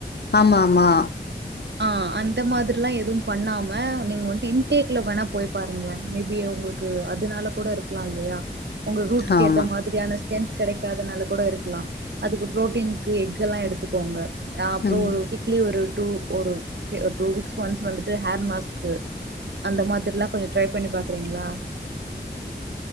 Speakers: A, on the left; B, on the right.
A: ஆமா ஆமா
B: ஆ அந்த மாதிரில்லா எதுவு பண்ணாம நீங்க வண்ட்டு இன்டேக்ல வேணா போய் பாருங்களே மேபி உங்களுக்கு அதுனால கூட இருக்கலா இல்லயா உங்க ரூட்க்கு
A: ஆமா
B: ஏத்த மாதிரியான ஸ்ட்ரென்த் கெடக் அதனால கூட இருக்கலா அதுக்கு ப்ரோட்டீன்கு எக் எல்லா எடுத்துக்கோங்க ஆ அப்பறோ
A: ம்
B: ஒரு வீக்லி ஒரு டூ ஒரு டூ வீக்ஸ் ஒன்ஸ் வந்துட்டு ஹேர் மாஸ்க் அந்த மாதிரில்லா கொஞ்சோ ட்ரை பண்ணி பாக்குறீங்களா